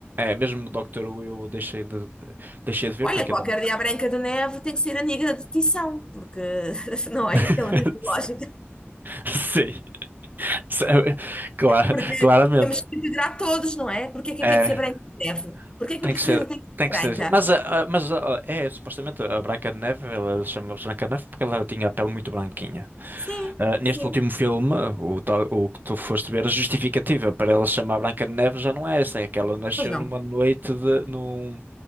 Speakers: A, on the right (about 45°); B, on the left (about 20°).
A: é, mesmo o Doctor Who eu deixei de, de- deixei de ver
B: Olha,
A: porque
B: qualquer
A: aquilo é.
B: dia a Branca de Neve tem que ser a negra de Tição, porque, <laughs> não é?
A: <laughs>
B: Pela mesma lógica.
A: Sim. <laughs> Sabe? Claro,
B: Porque
A: claramente.
B: temos que integrar todos, não é? Porque é que
A: É,
B: havia de ser Branca de Neve? Porque é que
A: tem
B: a princesa
A: que ser,
B: tem que ser
A: tem que
B: branca?
A: ser. assim. Mas, a- a- mas a- é, supostamente a Branca de Neve, ela chama se Branca de Neve porque ela tinha a pele muito branquinha.
B: Sim,
A: Ah, neste
B: sim.
A: último filme, o, tal- o que tu foste ver, a justificativa para ela se chamar Branca de Neve já não é essa, é que ela nasceu
B: Pois não.
A: numa noite de, num,